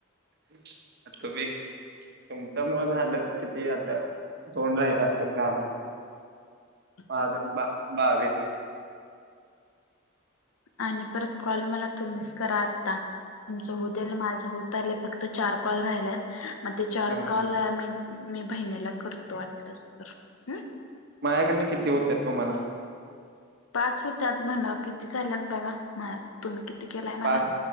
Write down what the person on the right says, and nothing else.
<inaudible> कमी तुमच्या मुळय झालं किती आता दोन राहिला असतील काम.
माझं बा -बावीस.
हा
माझ्याकडन किती होत्यात तुम्हाला.
पाच